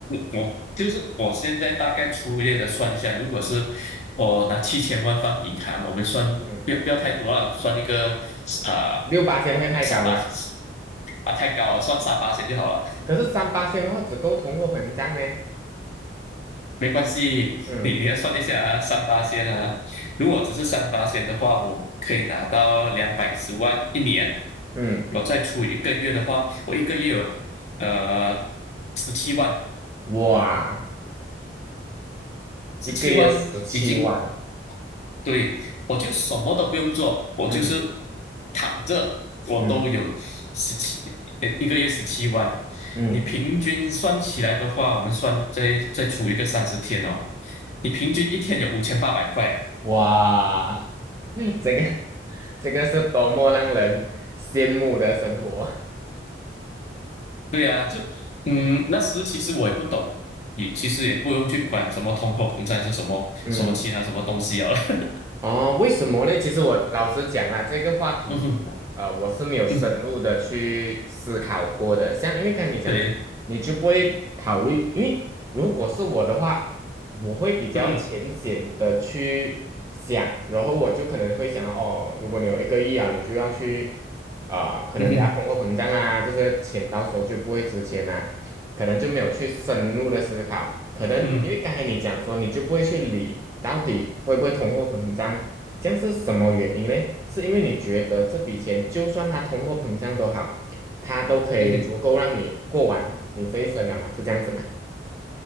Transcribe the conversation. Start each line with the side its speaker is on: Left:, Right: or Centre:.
Left: 我就是我现在大概粗略的算一下，如果是我拿七千万放银行，我们算不要不要太多了，
Right: 嗯，
Left: 算一个啊
Right: 六八千会太高吗？
Left: 三八啊太高了，算三八千就好了。
Right: 可是三八千的话，只够通货膨胀呢。
Left: 没关系，
Right: 嗯
Left: 你你要算一下啊，三八仙啊，如果只是三八仙的话，我可以拿到两百一十万一年。
Right: 嗯，
Left: 我再出一个月的话，我一个月有呃十七万，
Right: 哇，一个月十七万。
Left: 十七万已经对我就什么都不用做，我就是
Right: 嗯
Left: 躺着，我都有十七
Right: 嗯
Left: 一个月十七万。
Right: 嗯，
Left: 你平均算起来的话，我们算再再出一个三十天哦，你平均一天有五千八百块。
Right: 哇，<laughs> 这个这个是多么让人羡慕的生活。
Left: 对呀、就嗯，那时其实我也不懂，也其实也不用去管什么通货膨胀是什么什么其他什么东西啊。
Right: <laughs> 嗯。
Left: <laughs>
Right: 哦，为什么嘞？其实我老实讲啦，这个话题，
Left: 嗯哼，
Right: 呃，我是没有深入的去思考过的。
Left: 嗯哼，
Right: 像因为刚才你讲说，
Left: 对，
Right: 你就不会考虑，因为如果是我的话，我会比较浅显的去想，
Left: 嗯哼，
Right: 然后我就可能会想到，哦，如果你有一个亿啊，你就要去，啊、可能等下通货膨胀啊，
Left: 嗯哼，
Right: 这些钱到时候就不会值钱啦、可能就没有去深入的思考，可能因为刚才你讲说，
Left: 嗯哼，
Right: 你就不会去理到底会不会通货膨胀，这样是什么原因呢？是因为你觉得这笔钱就算它通货膨胀都好，它都可以足够让你过完你这一生了嘛？
Left: 嗯哼，
Right: 是这样子吗？